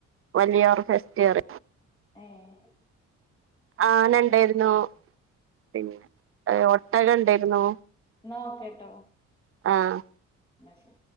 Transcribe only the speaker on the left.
ഏഹ്
ന്നാ ഓക്കെട്ടോ
മശെ